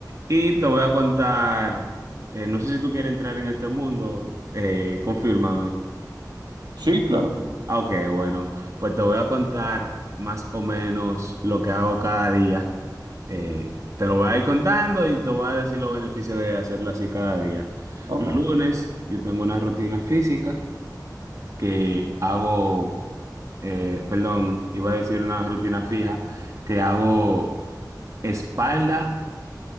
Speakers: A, on the right (about 45°); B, on the right (about 75°).
A: Y te voy a contar, eh, no sé si tú quieres entrar en este mundo, eh, confírmame.
B: Sí, claro.
A: Ah, Ok, bueno, pues te voy a contar más o menos lo que hago cada día. Eh, te lo voy a ir contando y te voy a decir los beneficios de hacerlo así cada día.
B: Ok,
A: Los lunes yo tengo una rutina física que hago, eh, perdón, iba a decir una rutina fija, que hago espalda